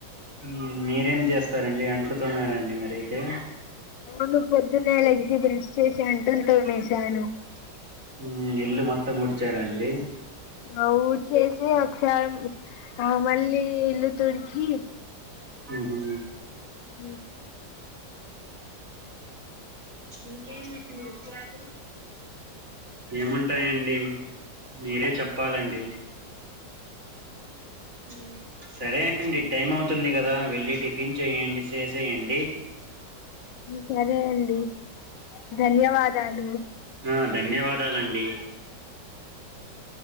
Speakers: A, on the right (about 45°); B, on the left (about 85°).
A: ఉ మీరేం చేస్తారండి అంట్లు తొమారండి మరయితే
B: అవును పొద్దున్నే లెగిసి బ్రష్ చేసి అంట్లు తోమేశాను
A: లేచాను. ఉమ్ ఇల్లు మొత్తం ఉడిచారా అండి
B: ఆ ఊడ్చేసి ఒకసారి మళ్ళీ ఈ ఇల్లు తుడిచి
A: ఉహు
B: మ్
A: ఇంకేమండి విషయాలు ఏముంటాయండి మీరే చెప్పాలండి ఉమ్ సరే అండి టైం అవు తుంది కదా వెళ్ళి టిఫిన్ చేయండి సేసేయండి
B: సరే అండి ధన్యవాదాలు
A: ఆ ధన్యవాదాలండి
B: ఆ